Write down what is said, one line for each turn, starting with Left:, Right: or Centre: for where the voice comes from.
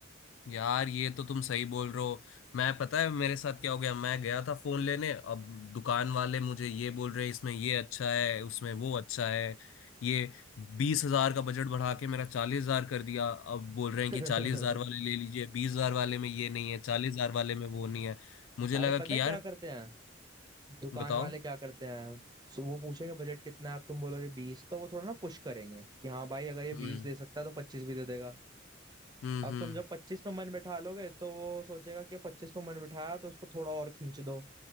Left: यार ये तो तुम सही बोल रहे हो मैं पता है मेरे साथ क्या हो गया मैं गया था फोन लेने अब दुकान वाले मुझे ये बोल रहे इसमें ये अच्छा है उसमें वो अच्छा है ये बीस हजार का बजट बढ़ा के मेरा चालीस हजार कर दिया अब बोल
Right: <laughs>
Left: रहे हैं कि चालीस हजार वाले ले लीजिए बीस हजार वाले में ये नहीं है चालीस हजार वाले में वो नहीं है मुझे
Right: अरे
Left: लगा
Right: पता
Left: कि
Right: है
Left: यार
Right: क्या करते हैं दुकान
Left: बताओ
Right: वाले क्या करते हैं सो वो पूछेंगे बजट कितना है अब तुम बोलोगे बीस तो वो थोड़ा ना पुश करेंगे कि हाँ भाई अगर ये
Left: हम्म
Right: बीस दे सकता है तो पच्चीस भी दे देगा
Left: हम्म
Right: अब
Left: हम्म
Right: तुम जब पच्चीस पे मन बैठा लोगे तो वो सोचेगा कि पच्चीस पे मन बिठाया तो उसको थोड़ा और खींच दो